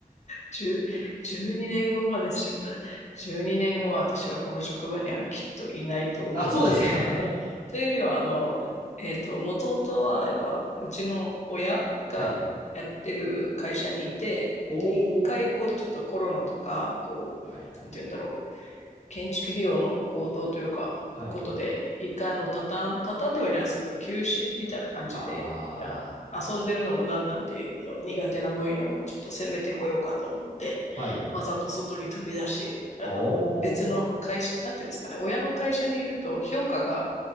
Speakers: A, on the left; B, on the right.
A: 10 12年後までしば、12年後私はこの職場にはきっといないと思うので、
B: あ、そうですか。
A: というよりは、あの、えっと、もともとは、やっぱ、うちの親がやってる会社にいて、
B: <laughs> はい。おー。
A: で、一回、こう、ちょっとコロナとか、こう、
B: はいはいはい。
A: なんて言うんだろう、建築費用の高騰というか、
B: はい。
A: ことで、一回、あの、畳ん、畳んではいないですけど、休止みたいな感じで、
B: あ
A: じゃあ、遊んでるのもなんなんで、あの、苦手な分野をちょっと攻めてこようかと思って、
B: あ。はい。
A: わざと外に飛び出し、あの、
B: おー。
A: 別の会社、なんていうんですかね、親の会社にいると評価が